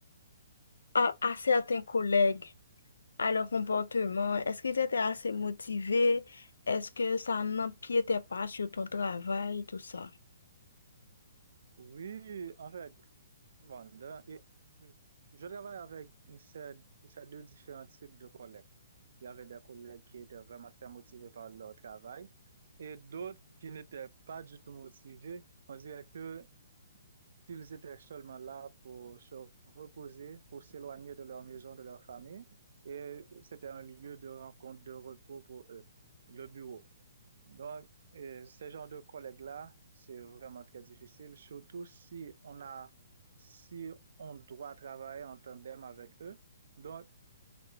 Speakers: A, on the left; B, on the right.
A: à, à certains collègues, à leur comportement. Est-ce qu'ils étaient assez motivés? Est-ce que ça n'empiétait pas sur ton travail, tout ça?
B: Oui, en fait, bon, de- et je travaille avec ces, ces deux différents types de collègues. Il y avait des collègues qui étaient vraiment très motivés par leur travail et d'autres qui n'étaient pas du tout motivés. On dirait que qu'ils étaient seulement là pour se reposer, pour s'éloigner de leur maison, de leur famille. Et c'était un lieu de rencontre, de repos pour eux, le bureau. Donc, et ce genre de collègues-là, c'est vraiment très difficile, surtout si on a, si on doit travailler en tandem avec eux. Donc,